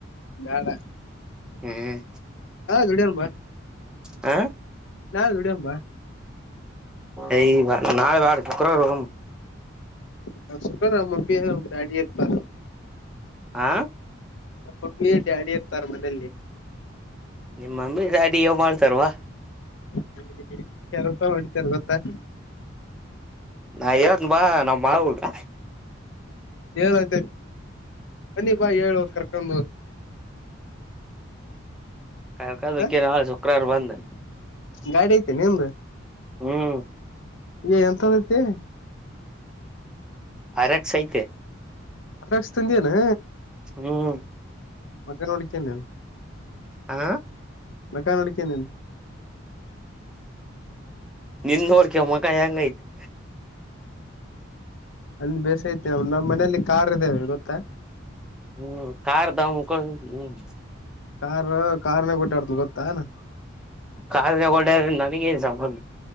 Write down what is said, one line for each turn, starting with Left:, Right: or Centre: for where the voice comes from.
Left: ಬ್ಯಾಡ
Centre: ಹ್ಮ್
Left: ದುಡಿಯನ್
Centre: ಹ
Left: ನಾವ್ ದುಡ್ಡಿಮ್ ಬಾ
Centre: ಎ ನಾಳೆ ಬ್ಯಾಡ್ ಶುಕ್ರವಾರ್ ಹೋಗೋಬಾ
Left: ಹ ಸುಖ ನ ಮಮ್ಮಿ ಾಡಿ ಇತ್ <unintelligible>
Centre: ಹಾ...
Left: ಮಾಮಿ ಡ್ಯಾಡಿ ಇರ್ತಾರೇ ಮನೆಯಲ್ಲಿ
Centre: ನಿಮ್ ಮಮ್ಮಿ ಡ್ಯಾಡಿ ಏನ್ ಮಾಡ್ತಾರವಾ
Left: <unintelligible> ರೂಪಾಯಿ ಹೊಡತಾರ ಗೊತ್ತಾ
Centre: ನಾ ಇರತ್ ಬಾ ನಾವ್ ಮಾ ಹಗ <unintelligible>
Left: ಹೇಳಏಂತ ಕನ್ನೀಪಾ ಹೇಳು ಕರ್ಕೊಂಡು <unintelligible>
Centre: ಕಕಕ್ಕೆ
Left: ಹ
Centre: <unintelligible> ನಳ ಶುಕ್ರವಾರ ಬಂದ್
Left: ಗಾಡಿ ಐತೆ ನಿಮ್ದು?
Centre: ಹ್ಮ್
Left: ಈಗ ಎಂತದ ಐತಿ
Centre: ಆರ್ ಎಕ್ಸ್ ಐತೆ
Left: ಆರ್ ಎಕ್ಸ್ ತಂದೀ ಹೇನಾ
Centre: ಹ್ಮ್
Left: ಮಕನ್ ನೋಡಿಕೆ ನನು
Centre: ಹ
Left: ಮಕ ನೋಡಿಕ ನನು <unintelligible>
Centre: ನಿನ್ ನೋಡ್ಕ ಮೊಖ ಹೆಂಗ ಐತಿ
Left: ಅಂದ ಬೇಸ ಐತಿ ನ ನಮ್ಮ್ ಮನೇಲಿ ಕಾರ್ ಇದ್ದೇವೆ ಗೊತ್ತಾ
Centre: ಹ್ಮ್ ಕಾರಖಾರ್್ದ ಮುಕ್ಕೊ್ಮ <unintelligible>
Left: ಕಾರು ಕಾರ್ನಾಗ್ ಹೊಡ್ಯಾಡ್ಡ್ತು ಗೊತ್ತಾನ
Centre: ಕಾರ್ನಗಡ ನನಗನ್ ಸಂಬಲ್